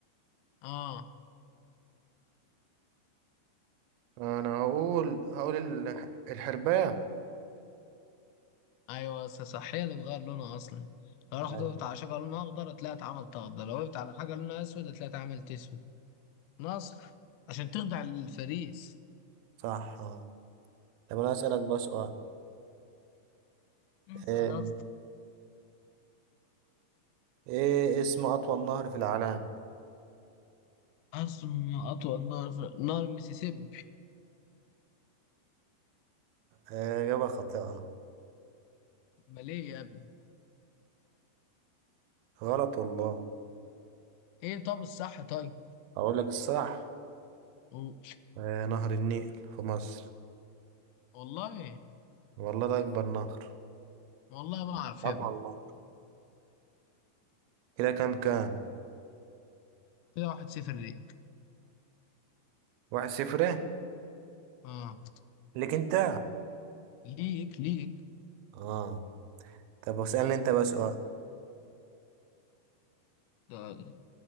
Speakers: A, on the left; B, on the right.
A: اه
B: انا هقول هقول الح- الحرباية
A: ايوه بس صح هي اللي بتغير لونها اصلا لو راحت
B: أيوة.
A: وقفت على شجره لونها اخضر هتلاقيها اتعملت اخضر لو وقفت على حاجه لونها اسود هتلاقيها اتعملت اسود ناصح عشان تخضع للفريس
B: صح اه طب أنا أسألك بقى سؤال
A: انسى
B: ايه
A: انا اصلا
B: إيه اسم أطول نهر في العالم
A: أرسم أطول نهر في نهر المسيسيبي
B: آه، إجابة خاطئة
A: أمال إيه يا ابني؟
B: غلط والله
A: إيه طب الصح طيب؟
B: أقول لك الصح
A: و-
B: آه، نهر النيل في مصر
A: والله
B: والله ده أكبر نهر
A: والله ما أعرف
B: أطول
A: يا ابني
B: والله كده كام كام
A: كده واحد صفر ليك
B: واحد صفر إيه؟
A: آه
B: ليك أنت
A: ليك ليك
B: آه طب اسألني أنت بقى سؤال
A: ده-